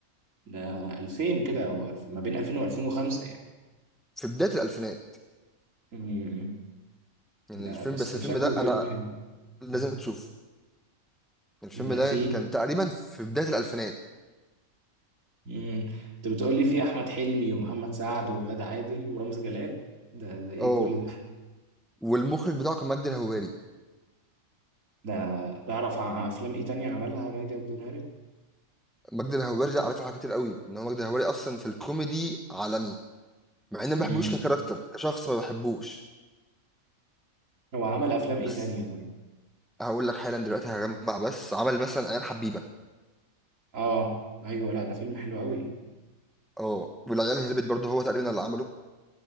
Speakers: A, on the right (about 65°); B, in the centre.
A: ده 2000 كده او 2000 ما بين 2000 و2005 يعني
B: في بدايه الالفينات
A: امم
B: يعني
A: ده
B: الفيلم
A: بس
B: بس الفيلم
A: شكله
B: ده انا
A: فيلم حلو
B: لازم
A: مم.
B: تشوفه الفيلم
A: ده
B: ده
A: فيه
B: كان تقريبا في بدايه الالفينات
A: امم انت بتقول لي فيه احمد حلمي ومحمد سعد وغادة عادل ورامز جلال ده ده ايه
B: اه
A: كل ده
B: والمخرج بتاعه كان مجدي الهواري
A: ده تعرف ع- افلام ايه تانية عملها مجدي عبد الهادي
B: مجدي الهواري ده عارفه حاجات كتير قوي ان هو مجدي الهواري اصلا في الكوميدي عالمي مع اني ما
A: امم
B: بحبوش ككاركتر كشخص ما بحبوش
A: هو عمل افلام ايه
B: بس
A: تانية طيب
B: هقول لك حالا دلوقتي هجمع بس عمل مثلا عيال حبيبه
A: اه ايوه لا ده فيلم حلو قوي
B: اه والعيال هربت برضه هو تقريبا اللي عمله